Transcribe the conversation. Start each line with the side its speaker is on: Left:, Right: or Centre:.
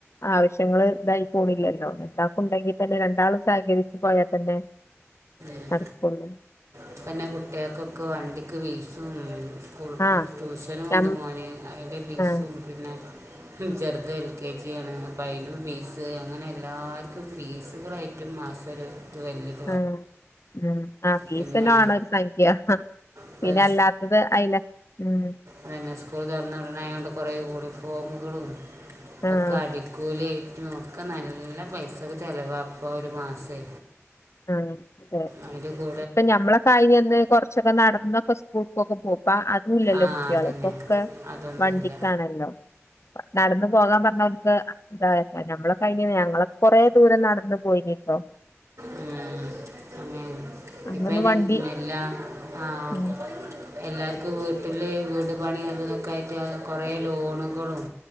Left: ആവശ്യങ്ങള് ഇതായി പോണില്ലല്ലോന്ന് ഓരാക്ക് ഉണ്ടെങ്കി തന്നെ രണ്ടാളും സഹകരിച്ചു പോയാ തന്നെ
Right: ഉം
Left: നടക്കുള്ളൂ
Right: ഇപ്പന്നെ കുട്ടിയേക്കൊക്കെ വണ്ടിക്ക് ഫീസും സ്കൂൾ
Left: ആഹ്
Right: ട്യൂഷനും
Left: ഞം
Right: ഇണ്ട് മോന് അതിന്റെ ഫീസും
Left: ആഹ്
Right: പിന്നെ ചെറുത് എൽ കെ ജി ആണ് അപ്പൊ അയിനും ഫീസ് അങ്ങനെ എല്ലാര്ക്കും ഫീസുകളായിട്ട് മറ്റും മാസം ഒരു ഇത് <unintelligible>
Left: ആഹ്‌ ഉം ആഹ് ഫീസ്സന്നെ
Right: പിന്നെ
Left: വാണൊരു സംഖ്യ
Right: ഇപ്പം
Left: പിന്നെ അല്ലാത്തത് അയിനക്ക് ഉം
Right: അയന്നെ സ്കൂള് തൊറന്ന ഉടനെ ആയോണ്ട് കൊറേ യൂണിഫോമുകളും ഇതൊക്കെ
Left: ആഹ്
Right: അടിക്കൂലിയായി നോക്കാ നല്ല പൈസക്ക് ചെലവാപ്പോ ഒരുമാസേ
Left: ആഹ്‌ അതെ
Right: അയിന്റെ കൂ
Left: ഇപ്പൊ ഞമ്മളെ കഴിഞ്ഞന്ന് കൊറച്ചൊക്കെ നടന്നൊക്കെ സ്കൂൾക്കൊക്കെ പോകാ അതും ഇല്ലല്ലോ
Right: ആ
Left: കുട്ടികള്
Right: അതന്നെ
Left: ഇപ്പൊ ക്കെ
Right: അതൊന്നുമില്ല
Left: വണ്ടിക്കാണല്ലോ നടന്ന്പോകാൻ പറഞ്ഞ ഓൽക്ക് എന്ത നമ്മളെ കഴിഞ്ഞ ഞങ്ങകൊറെ ദൂരം നട ഇന്ന് പോയിനീട്ടോ
Right: ഉം ഹേ
Left: അന്നൊന്നും
Right: ഇപ്പയിന്
Left: വണ്ടി
Right: മെല്ലാ ആഹ്‌
Left: ഉം
Right: എല്ലാർക്കും വീട്ടില് വീട്പണി അത്തൊക്കെ ആയിറ്റ് കൊറേ ലോണുകളും